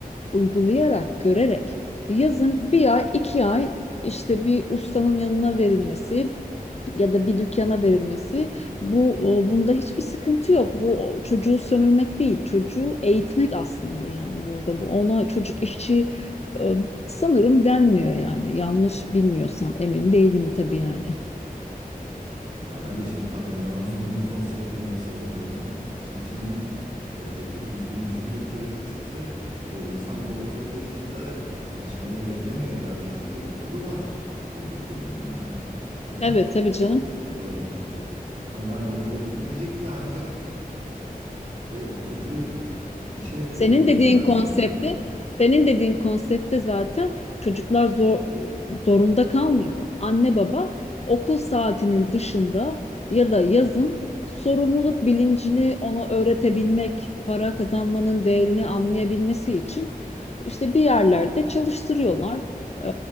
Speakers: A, on the left; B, on the right.
A: Uygulayarak, görerek. Yazın bir ay, iki ay işte bir ustanın yanına verilmesi, ya da bir dükkana verilmesi bu bunda hiçbir sıkıntı yok. Bu çocuğu sömürmek değil, çocuğu eğitmek aslında yani burada bu ona çocuk işçi e, sanırım denmiyor yani. Yanlış bilmiyorsam emin değilim tabii yani.
B: Ya ben de şimdi tam emin olamadım bu konseptin nasıl olduğunu. Çünkü şimdi objektif düzgün düşünmek gerekirse e, insan dokuz-on yaşında çalışmaya verilemiyor herhalde. Çünkü okulu var bu, bu çocuğun yani. Hani
A: Evet tabii canım.
B: okula ha, yani okula gitmeyecek ki ancak o, o çocuğu işe
A: Senin
B: verebil
A: dediğin
B: yani
A: konsepte,
B: anladın mı? Hani
A: senin dediğin konsepte zaten çocuklar zor, zorunda kalmıyorlar. Anne baba okul saatinin dışında ya da yazın sorumluluk bilincini ona öğretebilmek, para kazanmanın değerini anlayabilmesi için işte bir yerlerde çalıştırıyorlar. Ee,